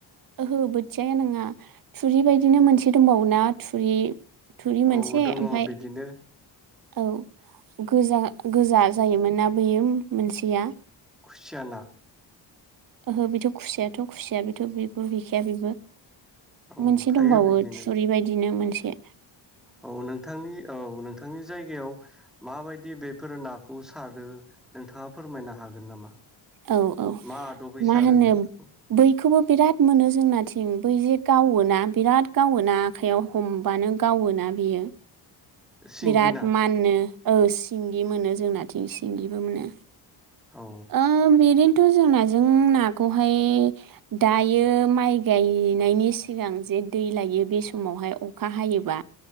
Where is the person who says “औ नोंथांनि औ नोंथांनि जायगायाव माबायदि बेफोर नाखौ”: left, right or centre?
Centre